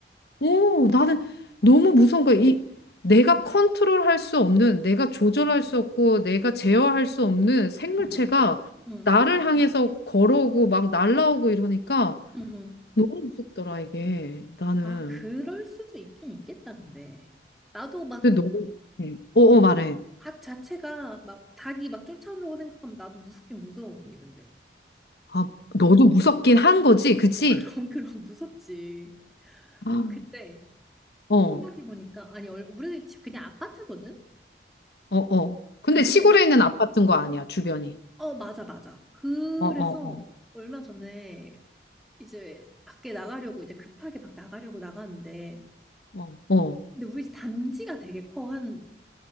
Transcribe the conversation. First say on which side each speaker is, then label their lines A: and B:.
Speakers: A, on the left; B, in the centre.
A: 오, 나는 너무 무서운 거야. 이 내가 컨트롤할 수 없는, 내가 조절할 수 없고, 내가 제어할 수 없는 생물체가
B: 응, 응, 응,
A: 나를 향해서 걸어오고 막 날라오고 이러니까
B: 응. 응.
A: 너무 무섭더라 이게. 나는.
B: 아, 그럴 수도 있긴 있겠다, 근데. 나도 막,
A: 근데 너, 네. 어, 어 말해.
B: 닭 자체가, 막, 닭이 막 쫓아오다고 생각하면 나도 무섭긴 무서워, 언니, 근데.
A: 아, 너도 무섭긴 한 거지, 그치?
B: 어, 그럼, <laughs> 그럼, 무섭지.
A: <gasps> 아,
B: 아, 근데.
A: 어,
B: 생각해보니까, 아니, 얼- 우리 집 그냥 아파트거든?
A: 어, 어. 근데
B: 근데,
A: 시골에 있는 아파트인 거 아니야, 주변이.
B: 어, 맞아, 맞아. 그래서
A: 어, 어,
B: 얼마 전에 이제 밖에 나가려고, 이제 급하게 막 나가려고 나갔는데,
A: 어, 어, 어. <gasps>
B: 근데 우리 집 단지가 되게 커. 한,